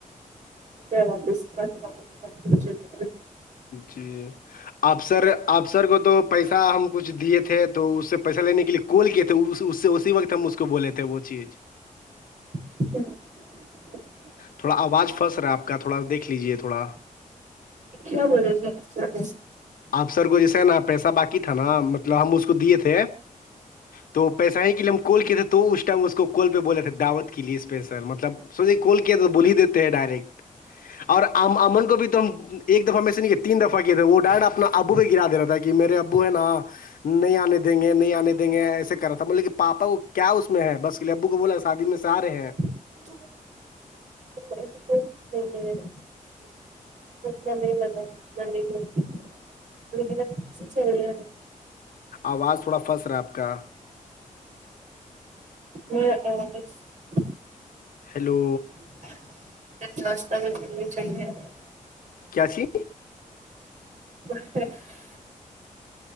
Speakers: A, on the right; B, on the left.
A: واپس <unintelligible>
B: جی افسر افسر کو تو پیسہ ہم کچھ دیے تھے تو اس سے پیسہ لینے کے لیے کول کیا تھا اس سے اسی وقت ہم اس کو بولے تھے وہ چیز
A: <inaudible>
B: تھوڑا آواز پھس رہا ہے آپکا تھوا دیکھ لیجیے تھوڑا
A: کیا بولے تھے آپ
B: آپسر کو جیسے نا پیسہ باقی تھا نا مطلب ہم اس کو دیے تھے تو پیسہ ہی کے لیے ہم کال کے تھے تو اس ٹائم اس کو کال پہ بولے تھے دعوت کے لیے اس پہ سر مطلب سوچا کال کیا تو بول ہی دیتے ہیں ڈائریکٹ اور ام امن کو بھی تو ہم ایک دفعہ میسیج نہیں تین دفعہ کیے تھے وہ ڈائٹ اپنا ابو بھی گرا دے رہا تھا کہ میرے ابو ہیں نا نہیں آنے دیں گے نہیں آنے دیں گے ایسے کر رہا تھا بولے کہ پاپا کو کیا اس میں ہے بس اسلئے ابو کو بولا شادی میں سے آ رہے ہیں
A: <inaudible> <inaudible> <unintelligible>
B: آواز تھوڑا پھنس رہا ہے آپ کا
A: <unintelligible>
B: ہیلو
A: <unintelligible>
B: کیاچھی
A: <unintelligible>